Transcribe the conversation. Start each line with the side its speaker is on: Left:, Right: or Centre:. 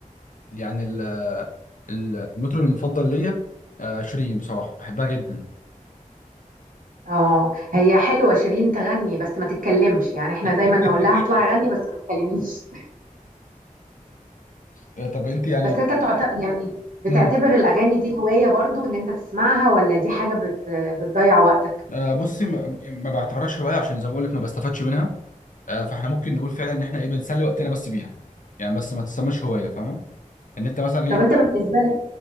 Left: يعني ال ال- المطرب المفضل ليا آه، شيرين بصراحه بحبها جدا
Right: اه هي حلوه شيرين تغني بس ما تتكلمش يعني احنا
Left: <laughs>
Right: دايما نقول لها اطلعي غني بس ما تتكلميش <laughs>
Left: طب انت يعني
Right: بس انت تعت... يعني بتعتبر
Left: امم
Right: الاغاني دي هوايه برضو ان انت تسمعها ولا دي حاجه بت... بتضيع وقتك
Left: آه، بصي ما ما بعتبرهاش هوايه عشان زي ما بقول لك ما بستفادش منها آه، فاحنا ممكن نقول فعلا ان احنا ايه بنسلي وقتنا بس بيها يعني بس ما تسماش هوايه فاهمه ان انت مثلا ايه
Right: طب انت بالنسبه لك